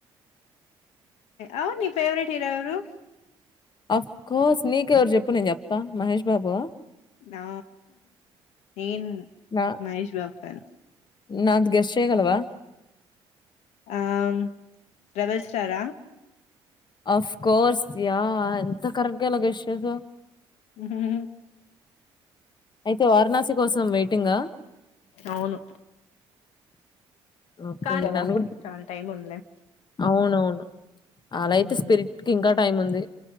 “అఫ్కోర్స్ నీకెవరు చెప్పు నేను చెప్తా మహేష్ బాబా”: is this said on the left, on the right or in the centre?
Left